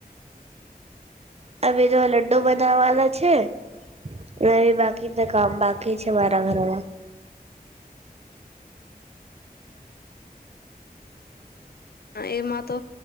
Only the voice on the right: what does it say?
હવે તો લડ્ડુ બનાવાના છે. ને બાકીના કામ બાકી છે મારા ઘરમાં.